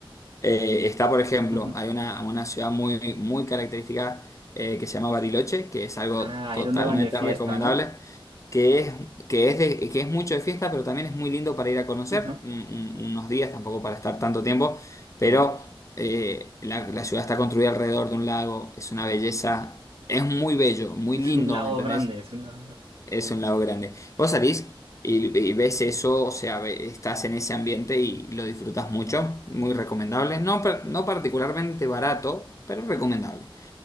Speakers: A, on the left (about 35°); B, on the right (about 65°).
A: eh, está, por ejemplo,
B: Ujú.
A: hay una, una ciudad muy, muy característica eh, que se llama Bariloche, que es algo
B: Ah,
A: totalmente
B: es donde van de fiesta,
A: recomendable,
B: ¿no?
A: que es, que es, de- que es mucho de fiesta, pero también es muy lindo para ir a conocer
B: Ujú,
A: un- un- unos días, tampoco para estar tanto tiempo, pero
B: sí.
A: eh, la, la ciudad está construida alrededor de un lago, es una belleza, es muy bello, muy
B: Es
A: lindo,
B: un lago
A: ¿me entendés?
B: grande, es un lago.
A: Es un lago grande. Vos salís y, y ves eso, o sea, ve- estás en ese ambiente y lo disfrutas mucho,
B: Ajá,
A: muy recomendable. No, par- no particularmente barato, pero recomendable.